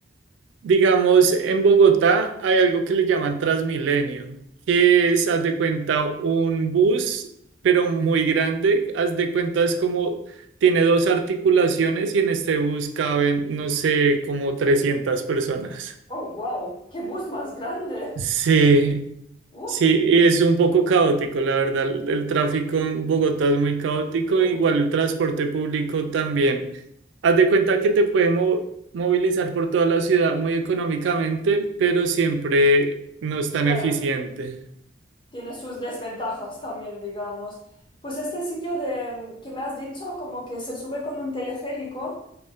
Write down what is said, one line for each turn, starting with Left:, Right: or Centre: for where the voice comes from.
Right: Digamos, en Bogotá hay algo que le llaman Transmilenio, que es, haz de cuenta, un bus, pero muy grande. Haz de cuenta, es como, tiene dos articulaciones y en este bus caben, no sé, como 300 personas.
Left: Oh, wow, qué bus más grande.
Right: Sí,
Left: Uh,
Right: Sí, y es un poco caótico, la verdad. El, el tráfico en Bogotá es muy caótico,
Left: um,
Right: igual el transporte público también. Haz de cuenta que te puede mo- movilizar por toda la ciudad muy económicamente, pero siempre no es tan
Left: claro,
Right: eficiente.
Left: tiene sus desventajas también, digamos. Pues este sitio de, que me has dicho, como que se sube con un teleférico,